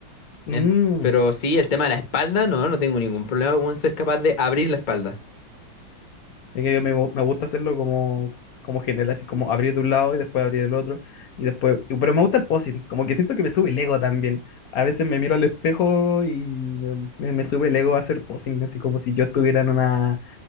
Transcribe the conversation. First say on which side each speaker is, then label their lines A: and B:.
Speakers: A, on the left; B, on the left.
A: mm,
B: En- pero sí, el tema de la espalda, no, no tengo ningún problema con ser capaz de abrir la espalda.
A: Es que me, gu- me gusta hacerlo como, como general, así como abrir de un lado y después abrir el otro. Y después. y- Pero me gusta el posing, como que siento que me sube el ego también. A veces me miro al espejo y me, me- me sube el ego a hacer posing, así como si yo estuviera en una